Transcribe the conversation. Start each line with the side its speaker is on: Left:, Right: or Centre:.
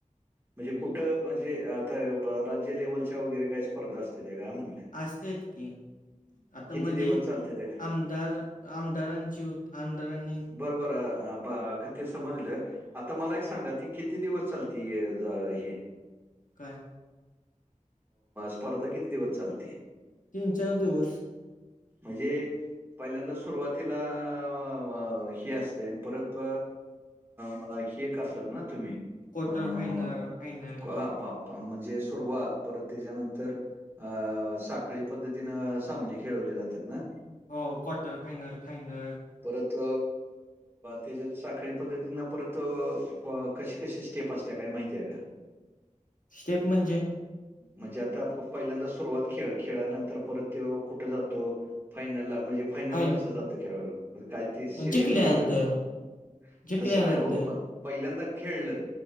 Right: म्हणजे कुठं म्हणजे आता राज्य लेव्हलच्या वगैरे काय स्पर्धा असत्यात का म्हणलंय.
Left: असत्यात की आता मध्ये
Right: दिवस चालते त्या काय
Left: आमदार आमदारांची होत - आमदार-
Right: बरं बर हा क ते समजलं. आता मला एक सांगा की किती दिवस चालते हे-
Left: काय?
Right: स्पर्धा किती दिवस चालती?
Left: तीन चार दिवस.
Right: म्हणजे पहिल्यांदा सुरवातीला- अ हे असतयं आणि परत बघ हे करतात ना तुम्ही.
Left: क्वार्टर
Right: अं
Left: फायनल फायनल
Right: पा प म्हणजे सुरुवात परत त्याच्यानंतर- अ साखळी पद्धतीनं सामने खेळवले जातात ना?
Left: हो क्वार्टर फायनल फायनल-
Right: परत त्याच्यात साखळी पद्धतीनं परत कशी कशी- स्टेप असत्या काय माहित्या का?
Left: स्टेप म्हणजे?
Right: म्हणजे आता पहिल्यांदा सुरुवात खेळ खेळानंतर परत त्यो कुठं जातो? फायनलला म्हणजे फायनलला
Left: फाईन
Right: कसं जातो खेळाडू? काय ती सिरियल
Left: जिंकल्यानंतर
Right: माहिती आहे का तुम्हांला
Left: जिंकल्यानंतर
Right: तसं नाही हो पण- पहिल्यांदा खेळलं